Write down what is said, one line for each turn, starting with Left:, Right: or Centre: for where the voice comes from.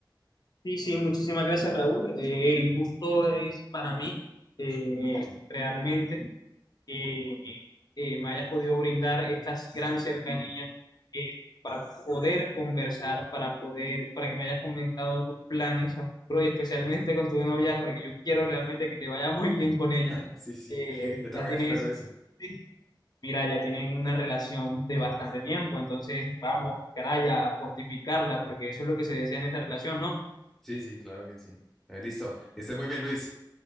Left: sí, sí, muchísimas gracias, Raúl. Eh, el gusto es para mí, eh, realmente. eh, eh, me hayas podido brindar esta gran cercanía eh, para poder conversar, para poder, para que me hayas comentado tus planes a futuro y especialmente con tu novia, porque yo quiero realmente que te vaya muy bien con ella.
Centre: <laughs> Sí, sí,
Left: Eh,
Centre: yo también
Left: ya tienes,
Centre: espero eso.
Left: sí, mira, ya tienen una relación de bastante tiempo, entonces vamos, caray, a fortificarla, porque eso es lo que se desea en esta relación, ¿no?
Centre: Sí, sí, claro que sí. Eh, listo, que estés muy bien, Luis.